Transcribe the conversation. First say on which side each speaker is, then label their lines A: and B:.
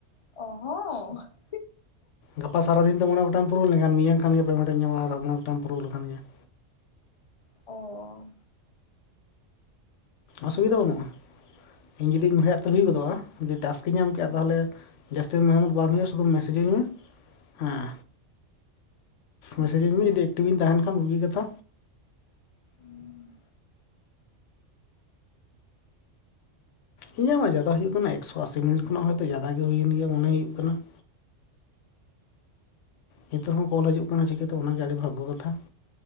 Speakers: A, on the left (about 40°); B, on the left (about 75°).
A: ᱚᱻ ᱦᱚᱸ ᱼᱼ
B: ᱜᱟᱯᱟ ᱥᱟᱨᱟ ᱫᱤᱱ ᱛᱮ ᱢᱚᱬᱮ ᱜᱚᱴᱟᱝ ᱯᱩᱨᱚᱱ ᱞᱮᱱ ᱠᱷᱟᱱ ᱜᱮ ᱢᱮᱭᱟᱝ ᱠᱷᱟᱱ ᱜᱮ ᱯᱮᱢᱮᱴᱮᱢ ᱧᱟᱢᱟ ᱟᱨ ᱢᱚᱬᱮ ᱜᱚᱴᱟᱜ ᱯᱩᱨᱟᱹᱣ ᱞᱮᱠᱷᱟᱱ ᱜᱮ ᱾
A: ᱚᱻ
B: ᱚᱥᱩᱵᱤᱫᱷᱟ ᱵᱟᱹᱱᱩᱜ-ᱟ ᱤᱧ ᱡᱩᱫᱤ ᱤᱧ ᱵᱷᱟᱭᱟᱜ ᱛᱮ ᱦᱩᱭ ᱜᱚᱫᱚᱜ-ᱟ ᱡᱩᱫᱤ ᱴᱟᱠᱥ ᱤᱧ ᱧᱟᱢ ᱠᱮᱜ-ᱟ
A: ᱦᱩᱸ
B: ᱛᱟᱦᱚᱞᱮ ᱼᱼ ᱡᱟᱹᱥᱛᱤ ᱢᱮᱦᱱᱚᱛ ᱵᱟᱝ ᱦᱩᱭᱩᱜ-ᱟ ᱥᱩᱫᱩ ᱢᱮᱥᱮᱡᱤᱧ ᱢᱮ ᱦᱮᱸ
A: ᱟᱪᱪᱷᱟ
B: ᱢᱮᱥᱮᱡ ᱟᱹᱧ ᱢᱮ ᱡᱩᱤ ᱮᱠᱴᱤᱵᱷ ᱵᱤᱱ ᱛᱟᱦᱮᱱ ᱠᱷᱟᱱ ᱵᱩᱜᱤ ᱠᱟᱛᱷᱟ
A: ᱩᱸ
B: ᱤᱧᱟᱹᱜ ᱢᱟ ᱡᱟᱫᱟ ᱦᱩᱭᱩᱜ ᱠᱟᱱᱟ ᱮᱠᱥᱚ-ᱟᱥᱤ ᱢᱤᱱᱤᱴ ᱠᱷᱚᱱᱟᱜ ᱦᱚᱸᱛᱚ ᱡᱟᱫᱟ ᱜᱮ ᱦᱩᱭᱮᱱ ᱜᱮᱭᱟ ᱢᱚᱱᱮ ᱦᱩᱭᱩᱜ ᱠᱟᱱᱟ ᱾ ᱱᱤᱛᱚᱜ ᱦᱚᱸ ᱠᱚᱞ ᱦᱤᱡᱩᱜ ᱠᱟᱱᱟ ᱪᱤᱠᱟᱹᱛᱮ ᱚᱱᱟ ᱜᱮ ᱟᱹᱰᱤ ᱵᱷᱟᱜᱽᱜᱚ ᱠᱟᱛᱷᱟ ᱾